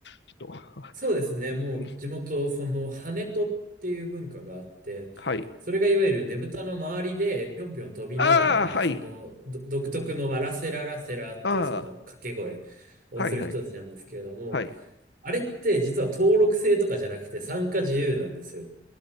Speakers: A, on the left; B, on the right.
A: ちょっと、
B: そうですね。もう地元、
A: うん、
B: その跳人っていう文化があって、
A: はい。
B: それがいわゆるねぶたの周りでぴょんぴょん飛びながら、
A: ああ、はい。
B: そのど独特のまあラセララセラっていうその掛け声をする人たちなんですけれども、
A: ああ、はい、はい、はい。
B: あれって実は登録制とかじゃなくて参加自由なんですよ。